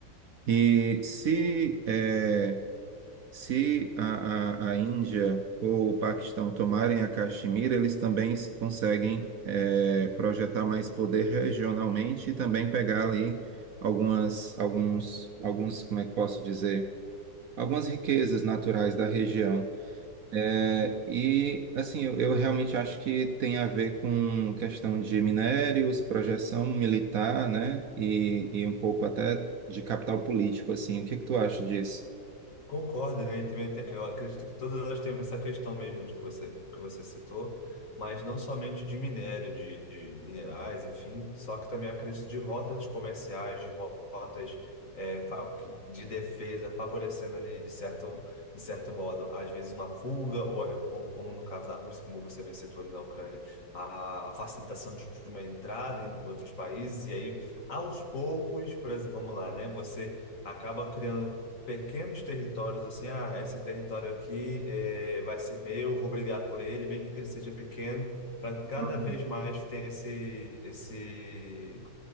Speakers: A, on the right (about 60°); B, on the left (about 40°).
A: E se, eh, se a, a- a Índia ou o Paquistão tomarem a Caxemira, eles também s- conseguem, eh, projetar mais poder regionalmente e também pegar ali algumas, alguns, alguns, como é que posso dizer? Algumas riquezas naturais da região. É, e assim, eu, eu realmente acho que tem a ver com questão de minérios, projeção militar, né? E, e um pouco até de capital político, assim. O que que tu acha disso?
B: Concordo, né? E também tem- eu acredito que todas elas têm essa questão mesmo de que você, que você citou, mas não somente de minério, de, de minerais, enfim, só que também eu acredito de rotas comerciais, de ro- rotas é, fa- de defesa, favorecendo ali de certo, de certo modo, às vezes uma fuga, ou, ou como no caso da Rússia, como você bem citou ali na Ucrânia, a facilitação de uma entrada em outros países, e aí, aos poucos, por exemplo, vamos lá, né? Você acaba criando pequenos territórios, assim, ah, esse território aqui eh, vai ser meu, vou brigar por ele, mesmo que ele seja pequeno, para que cada
A: Uhum.
B: vez mais tenha esse, esse